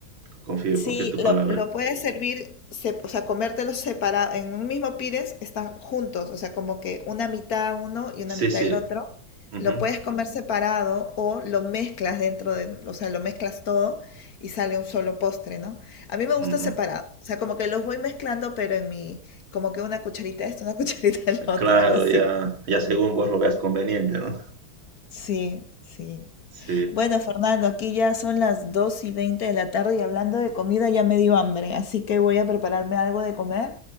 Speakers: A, on the right; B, on the left.
A: confío,
B: Sí,
A: confío en tu palabra.
B: lo, lo puedes servir, se- o sea, comértelos separados, en un mismo pires están juntos, o sea, como que una mitad uno y una
A: Sí,
B: mitad
A: sí.
B: el otro.
A: ujú,
B: Lo puedes comer separado o lo mezclas dentro de, o sea, lo mezclas todo y sale un solo postre, ¿no? A mí me gusta
A: ujú.
B: separado, o sea, como que los voy mezclando, pero en mi, como que una cucharita de esto, una <laughs> cucharita del otro,
A: Claro,
B: algo así.
A: ya, ya según vos lo veas conveniente, ¿no? <laughs>
B: Sí, sí.
A: Sí,
B: Bueno, Fernando, aquí ya son las 2 y 20 de la tarde y hablando de comida ya me dio hambre, así que voy a prepararme algo de comer.